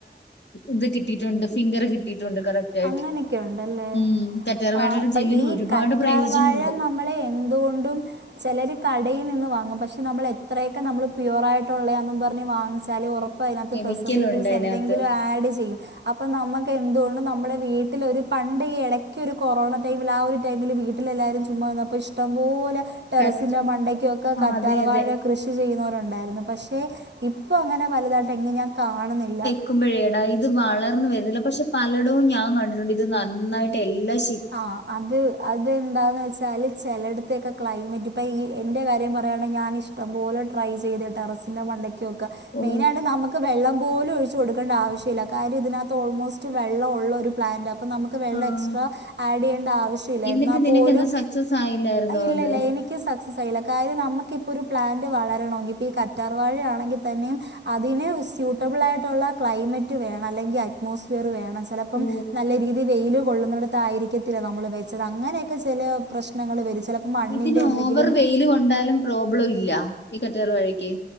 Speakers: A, on the left; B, on the right.
A: ഇത് കിട്ടിയിട്ടുണ്ട് ഫിംഗർ കിട്ടിയിട്ടുണ്ട് കറക്റ്റ് ആയിട്ട്
B: അങ്ങനെയൊക്കെ ഒണ്ടല്ലേ
A: ഉം കറ്റാർവാഴയുടെ
B: ആ അപ്പൊ
A: ജെല്ലിന്
B: ഈ
A: ഒരുപാട്
B: കറ്റാർവാഴ
A: പ്രയോജനമുണ്ട്
B: നമ്മളെ എന്തുകൊണ്ടും ചെലര് കടയിൽ നിന്ന് വാങ്ങും പക്ഷെ നമ്മൾ എത്രയൊക്കെ നമ്മള് പ്യുവർ ആയിട്ടൊള്ളയാന്നും പറഞ്ഞ് വാങ്ങിച്ചല് ഒറപ്പ പ്പയ്നാത്ത്
A: കെമിക്കലുണ്ട്
B: പ്രിസർവേറ്റീവ്സ്
A: അതിനകത്ത്
B: എന്തെങ്കിലും ആഡ് ചെയ്യും അപ്പ നമ്മക്കെന്തോണ്ട് ന നമ്മുടെ വീട്ടിലൊരു പണ്ട് ഈ എടയ്ക്ക് ഒരു കൊറോണ ടൈമിൽ ആ ഒരു ടൈമില് വീട്ടിലെല്ലാവരും ചുമ്മാ വന്നപ്പോ ഇഷ് ടംപോലെ. ടെറസിന്റെ
A: കറ്റ
B: മണ്ടയ്ക്കൊക്കെ
A: ആ
B: കറ്റാർവാഴ
A: അതെ അതെ
B: കൃഷി ചെയ്യുന്നവരുണ്ടായിരുന്നു പക്ഷെ ഇപ്പോൾ അങ്ങനെ വലുതായിട്ട് എങ്ങും ഞാൻ കാണുന്നില്ല
A: മ്പോഴേടാ ഇത് വളർന്നു വരുന്നില്ല പക്ഷെ പലടവും ഞാൻ കണ്ടിട്ടുണ്ട് ഇത് നന്നായിട്ട് എല്ലാം
B: ആ അത് അതെന്താന്ന് വെച്ചാല് ചിലയിടത്തയൊക്കെ ക്ലൈമറ്റ് ഇപ്പൾ ഈ എൻ്റെ കാര്യംയയാണെങ്ക ഞാനിഷ്ടം ഇഷ്ടം പോലെ ട്രൈ ചെയ്ത് ടെറസിന്റെ മണ്ടക്ക് വെക്കാം
A: ഓ
B: മെയിനായിട്ട് നമുക്ക് വെള്ളം പോലും ഒഴിച്ചു കൊടുക്ക നനക്കേണ്ട ആവശ്യമില്ല കാര്യം ഇതിനകത്ത് ഓൾമോസ്റ്റ് വെള്ളം ഉള്ളൊരു പ്ലാന്റാ അപ്പൊ നമുക്ക് വെള്ളം
A: ആഹ്
B: എക്സ്ട്രാ ആഡ് ചെയ്യുണ്ട ആവശ്യല്ല
A: എന്നിട്ട്
B: എന്നാ
A: നിനക്ക്
B: പോലും
A: എന്താ സക്സസ് ആയില്ലായിരുന്നോ
B: ഇല്ലല്ല
A: അത്
B: എനിക്ക് ക്ക് സക്സസ് ആയില്ല കാര്യം നമുക്കിപ്പോൾ ഒരു പ്ലാന്റ് വളരണമങ്കിൽ ഇപ്പോൾ ഈ കറ്റാർവാഴ ആണെങ്കിൽ തന്നെയും അതിന് സ്യൂട്ടബിൾ ആയിട്ടുള്ള ക്ലൈമറ്റ് വേണം അല്ലെങ്കിൽ അറ്റ്മോസ്ഫിയർ വേണം ചിലപ്പോം
A: ഓ
B: നല്ല രീതി വെയില് കൊള്ളുന്നിടത്തായിരിക്കത്തില്ല നമ്മള് വെച്ചത് അങ്ങനെയൊക്കെ ചെല പ്രശ്നങ്ങൾ വരും. ചിലപ്പോൾ മണ്ണിൻ്റെ
A: ഇതിന്
B: എന്തെങ്കിലും
A: ഓവർ വെയില് കൊണ്ടാലും പ്രോബ്ലം ഇല്ല ഈ കറ്റാർ വാഴക്ക്